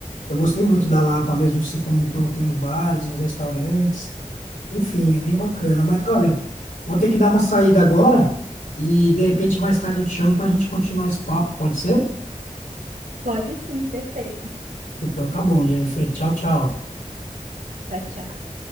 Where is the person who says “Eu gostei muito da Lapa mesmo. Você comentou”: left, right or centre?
Left